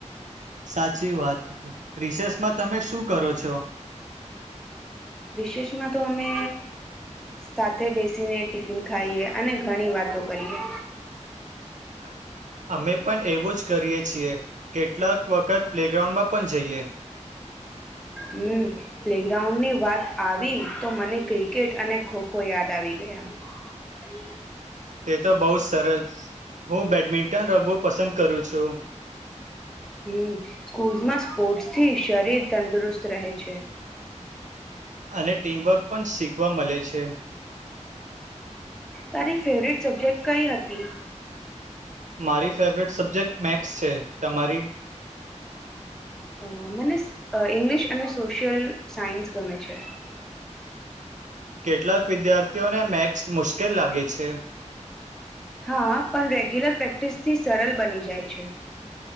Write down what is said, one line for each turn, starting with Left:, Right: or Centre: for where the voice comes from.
Right: સાચી વાત રિસેસમાં તમે શું કરો છો
Centre: વિશેષમાં તો અમે સાથે બેસીને ટિફિન ખાઈએ અને ઘણી વાતો કરીએ
Right: હ અમે પણ એવું જ કરીએ છીએ કેટલાક વખત પ્લેગ્રાઉન્ડમાં પણ જઈએ
Centre: હમ. પ્લેગ્રાઉન્ડ ની વાત આવી તો મને ક્રિકેટ અને ખો ખો યાદ આવી ગયા. <unintelligible>
Right: તે તો બહુ જ સરસ હું બેડમિન્ટન રમવું પસંદ કરું છું.
Centre: હમ્મ સ્કૂલ માં સ્પોર્ટ્સથી શરીર તંદુરસ્ત રહે છે.
Right: અને ટીમવર્ક પણ શીખવા મળે છે.
Centre: તારી ફેવટ સબ્જેક્ટ કઈ હતી?
Right: મારી ફેવરીટ સબ્જેક્ટ મેસ્થ છે. તમારી?
Centre: અ મને ઇંગ્લિશ, અને સોશિયલ, સાયન્સ ગમે છે.
Right: કેટલાંક વિદ્યાર્થીઓને મેથ્સ મુશ્કેલ લાગે છે.
Centre: હા પણ રેગ્યુલર પ્રેક્ટિસ થી સરળ બની જાય છે.